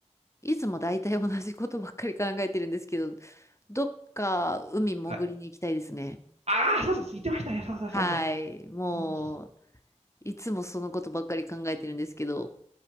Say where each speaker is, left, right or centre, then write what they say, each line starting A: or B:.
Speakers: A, on the left (about 25°); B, on the right (about 60°).
A: いつも大体同じことばっかり考えてるんですけど、どっか海潜りに行きたいですね。
B: はい。ああ、そうです。言ってましたね。そうそうそうそう。
A: はい。もう、
B: うん
A: いつもそのことばっかり考えてるんですけど。